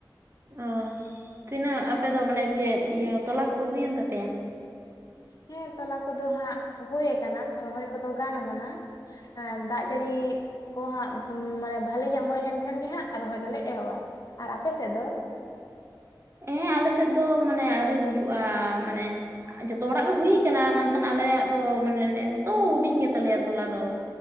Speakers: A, on the right (about 35°); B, on the left (about 50°).
A: ᱚ ᱛᱤᱱᱟᱹᱜ ᱟᱯᱮ ᱫᱚ ᱢᱟᱱᱮ ᱪᱮᱫ ᱤᱭᱟᱹ ᱛᱚᱞᱟ ᱠᱚᱫᱚ ᱦᱩᱭᱮᱱ ᱛᱟᱯᱮᱭᱟ
B: ᱦᱮᱸ ᱛᱚᱞᱟ ᱠᱚᱫᱚ ᱦᱟᱸᱜ ᱦᱳᱭ ᱟᱠᱟᱱᱟ ᱨᱚᱦᱚᱭ ᱠᱚᱫᱚ ᱜᱟᱱ ᱟᱠᱟᱱᱟ ᱦᱮᱸ ᱫᱟᱜ ᱡᱟᱹᱲᱤ ᱠᱚ ᱦᱟᱸᱜ ᱢᱟᱱᱮ ᱵᱷᱟᱹᱞᱤ ᱧᱚᱜ ᱦᱩᱭ ᱞᱮᱱᱠᱷᱟᱱ ᱜᱮ ᱦᱟᱸᱜ ᱨᱚᱦᱚᱭ ᱫᱚᱞᱮ ᱮᱦᱚᱵᱟ ᱾ ᱟᱨ ᱟᱯᱮ ᱥᱮᱫ ᱫᱚ?
A: ᱦᱮᱸ ᱟᱞᱮ ᱥᱮᱫ ᱫᱚ ᱢᱟᱱᱮ ᱟᱣᱨᱤ ᱦᱩᱭᱩᱜᱼᱟ ᱢᱟᱱᱮ ᱡᱚᱛᱚ ᱦᱚᱲᱟᱜ ᱜᱮ ᱦᱩᱭ ᱠᱟᱱᱟ ᱢᱮᱱᱠᱷᱟᱱ ᱟᱞᱮᱭᱟᱜ ᱫᱚ ᱢᱟᱱᱮ ᱱᱮᱜ-ᱮ ᱱᱤᱛᱚᱜ ᱦᱩᱰᱤᱧ ᱜᱮ ᱛᱟᱞᱮᱭᱟ ᱛᱚᱞᱟ ᱫᱚ